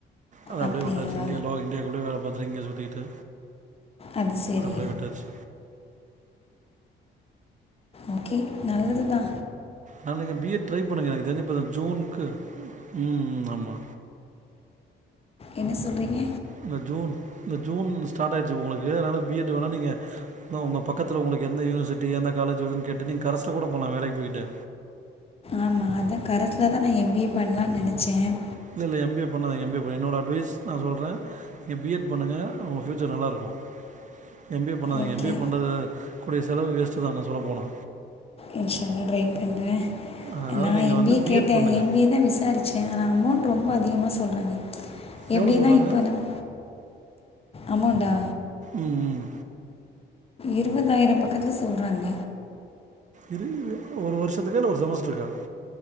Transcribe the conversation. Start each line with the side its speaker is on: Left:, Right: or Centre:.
Right: அது அப்டியே
Left: அப்படியா
Right: விட்டாச்சு இங்கேலோ இந்தியா குள்ள வேல பாத்து ரிங்க சுரி இட்டு
Left: அது சரி
Right: அப்டே விட்டாச்சு
Left: ஓக்கே நல்லது தா
Right: <unintelligible> பி எட் ட்ரை பண்ணுங்க எனக்கு தெரிஞ்சு இப்ப தா ஜூன் க்கு ம் ம் ஆமா
Left: என்ன சொல்றீங்க
Right: இந்த ஜூன் இந்த ஜூன் ஸ்டார்ட் ஆயிடுச்சு உங்களுக்கு அதனால பி எட் வேணா நீங்க உங்க பக்கத்துல உங்களுக்கு எந்த யூனிவர்சிட்டி எந்த காலேஜ் எதுன்னு கேட்டு நீங்க கரஸ்ல கூட போலா வேலைக்கு போயிட்டு
Left: ஆமா அதா கரஸ்லதா நான் எம் பி ஏ பண்லான்னு நெனச்சேன்
Right: இல்ல இல்ல எம் பி ஏ பண்ணாதிங்க எம் பி ஏ பண்ண என்னோட அட்வைஸ் நான் சொல்றேன் என் பி எட் பண்ணுங்க உங்க ஃப்யு ஞ்சோ நல்லாருக்கு எம் பி ஏ பண்ணாதிங்க
Left: ஓகே
Right: எம் பி ஏ பண்றது கூடிய செலவு வேஸ்ட்டு தா நா சொல்ல போனா
Left: இன்ஷா அல்லா ட்ரை பண்றேன்
Right: அதனால்
Left: நான்
Right: நீங்கள்
Left: எம்
Right: வந்து
Left: பி ஏ
Right: பிஎட்
Left: கேட்டேன்
Right: பண்ணுங்கள்
Left: எம் பி ஏ தான் விசாரிச்சே ஆனா அமௌண்ட் ரொம்ப அதிகமா சொல்றாங்க எப்டின்
Right: எவ்வளோ சொல்கிறாங்க
Left: தா இப்போ நம் அமோண்டா
Right: ம் ம்.
Left: இருவதாயிரம் பக்கத்தில சொல்றாங்க
Right: இரு இரு ஒரு வருஷத்துக்கா இல்ல ஒரு செமஸ்டருக்கா